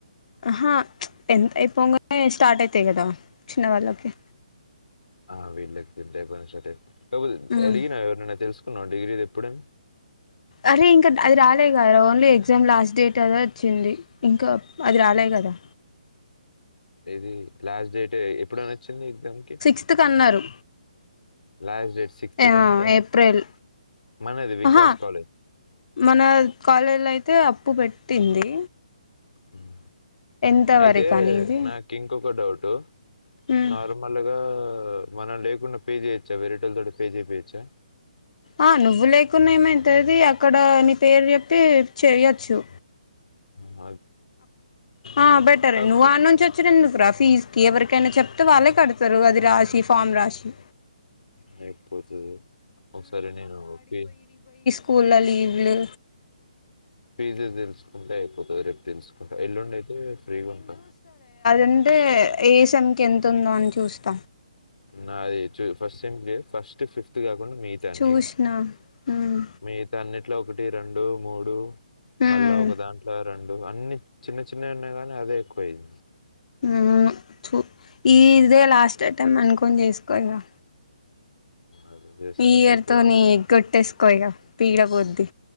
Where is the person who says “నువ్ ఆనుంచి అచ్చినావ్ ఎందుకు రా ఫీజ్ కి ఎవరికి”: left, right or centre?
Left